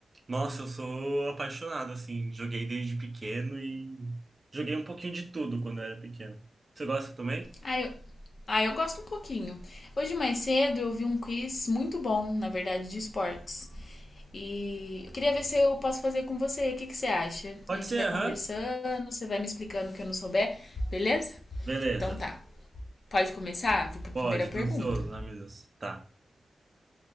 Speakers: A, on the right (about 30°); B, on the left (about 50°).
A: Nossa, eu sou apaixonado, assim, joguei desde pequeno e joguei um pouquinho de tudo quando eu era pequeno. Você gosta também?
B: Ah, eu, ah, eu gosto um pouquinho. Hoje mais cedo eu vi um quiz muito bom, na verdade, de esportes. E eu queria ver se eu posso fazer com você. O que que você acha?
A: Pode
B: A gente
A: ser,
B: vai conversando,
A: aham.
B: você vai me explicando o que eu não souber, beleza?
A: Beleza.
B: Então tá. Pode começar? Vou para a
A: Pode,
B: primeira pergunta.
A: tô ansioso. Ai, meu Deus. Tá.